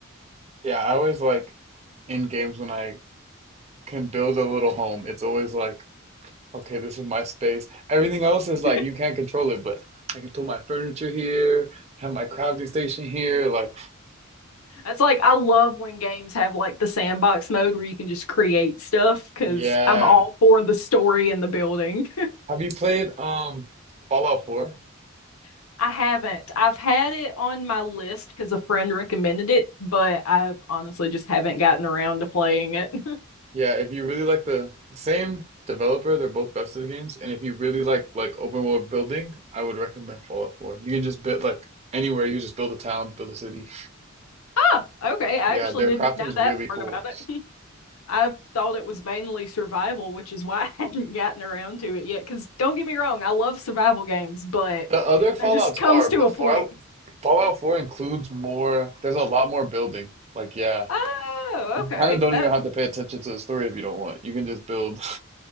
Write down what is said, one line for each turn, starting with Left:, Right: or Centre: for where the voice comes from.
Right: Yeah, I always like in games when I can build a little home, it's always like, okay, this is my space. Everything else is
Left: <laughs>
Right: like you can't control it, but I can put my furniture here, have my crafting station here. Like,
Left: That's like I love when games have like the sandbox mode where you can just create stuff because
Right: yeah.
Left: I'm all for the story and the building.
Right: Have you played um Fallout 4?
Left: <laughs> I haven't. I've had it on my list because a friend recommended it, but I honestly just haven't gotten around to playing it. <laughs>
Right: Yeah, if you really like the same developer, they're both best of the games, and if you really like like open world building, I would recommend Fallout 4. You can just build like anywhere, you just build a town, build a city.
Left: Ah, okay. I
Right: Yeah,
Left: actually
Right: their
Left: didn't
Right: crafting's
Left: know that
Right: really
Left: part
Right: cool.
Left: about it. <laughs> I thought it was mainly survival, which is why <laughs> I hadn't gotten around to it yet. Because don't get me wrong, I love survival games, but
Right: The other Fallouts
Left: there just comes
Right: are, but
Left: to a
Right: Fall
Left: point.
Right: Fallout 4 includes more, there's a lot more building. Like, yeah,
Left: Oh,
Right: you
Left: okay.
Right: kind of don't
Left: That,
Right: even have to pay attention to the story if you don't want. You can just build. <laughs>